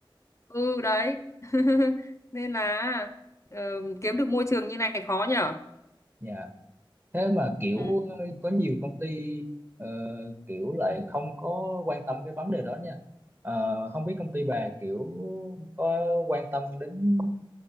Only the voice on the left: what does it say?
ừ đấy <laughs> nên là ờ, kiếm được môi trường như này khó nhở
ừ